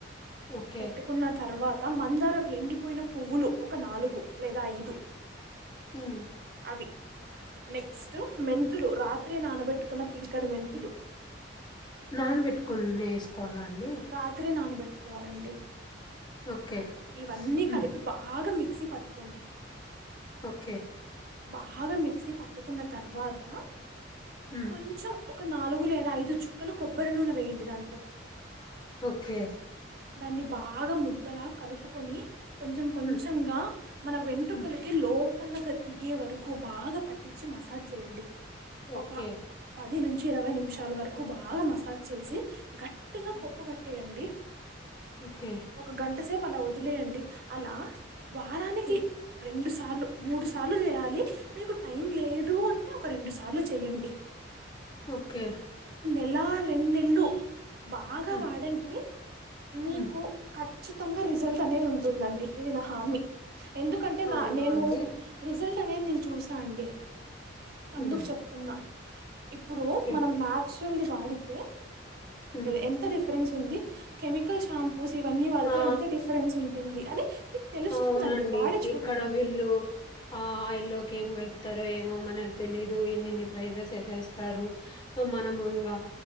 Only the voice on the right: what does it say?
పెట్టుకున్న తర్వాత మందారం ఎండిపోయిన పువ్వులు ఒక నాలుగు లేదా ఐదు
అవి నెక్స్ట్ మెంతులు రాత్రి నానబెట్ పట్టుకున్న పిరికడు మెంతులు
రాత్రే నానబెట్టుకోవాలండి.
ఇవన్నీ
కలిపి బాగా మిక్సీ పట్టు కొండి.
బాగా మిక్సీ పట్టుకున్న తర్వాత
కొంచెం ఒక నాలుగు లే ఐదు చుక్కలు కొబ్బరి నూనె వేయండి. దాంట్లోకి
దాన్ని బాగా ముద్దలా కలుపుకొని కొంచెం కొంచంగా
మన వెంటుకలకి
లోప పలగా దిగే వరకు బాగా పట్టించి మసాజ్ చేయండి.
ఒక పది నుంచి ఇరవై నిమిషాల వరకు కు బాగా మసాజ్ చేసి గట్ ట్టిగా
కొప్పు కట్టేయండి.
ఒక గంట సేప్ అలా వదిలేయండి. అలా వారానికి
రెండు సార్లు మూడు స్ సార్లు చేయాలి. మీకు టైం లేదు అంటే అంటే ఒక రెండు సార్లు చెయ్యండి
ఇలా రెన్నెల్లు బాగా
వాడండి మీకు
ఖచ్చిత ఉచితంగా రిజల్ట్ అనేది ఉంటుందండి ఇది నా హామీ ఎందుకంటే నా
నేను
రిజల్ట్ అనేది నేను చూసా అండి అందుకు
చెప్తున్నా ఇప్పుడు
మనం మ్యాచ్ ల్ వాడితే
ఎంత డిఫరెన్స్ ఉంది కెమికల్ షాంపూస్ ఇవన్నీ పడుత
ఏ ఎంత డిఫరెన్స్ ఉంటుంది అని మీకు తెలుస్తుందండి
వాడి చూడండి